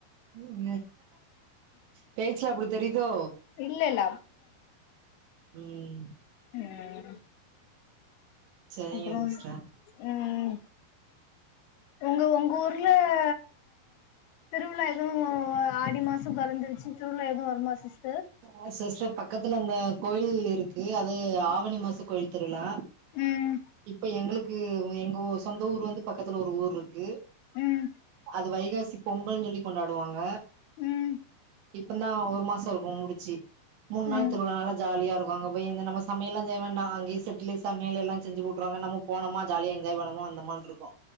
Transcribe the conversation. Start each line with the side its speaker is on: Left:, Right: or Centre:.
Right: உம் பேச்சில அப்டி தெரிதோ
Left: இல்ல இல்ல
Right: உம்
Left: உம்
Right: சரிங்க
Left: அப்றம்
Right: சிஸ்டர்
Left: உம் ஒங்க ஒங்கூர்ல அ திருவிழா எதுவு ஆடி மாசம் பொறந்துருச்சி திருவிழா எதுவு வருமா சிஸ்
Right: ஆ சிஸ்டர் பக்கத்துல அந்த கோயில் இருக்கு அது ஆவணி மாச கோயில் திருவிழா
Left: ம்
Right: இப்ப எங்களுக்கு எங்க ஊ சொந்த ஊர் வந்து பக்கத்துல ஒரு ஊர்ருக்கு
Left: ம்
Right: அது வைகாசி பொங்கல் சொல்லி கொண்டாடுவாங்க
Left: உம்
Right: இப்பந்தா ஒரு மாச இருக்கு முடிச்சி மூன்னாள்
Left: ம்
Right: திருவிழா நாள ஜாலியாருப்பாங்க போய் இந்த நம்ம சமையல்லா செய்ய வேண்டா அங்கியே செட்லே சமையல் எல்லா செஞ்சு போட் ட்ருவாங்க நம்ம போனமா ஜாலியா என்ஜாய் பண்ணமா வந்தமான்ட்ருக்கு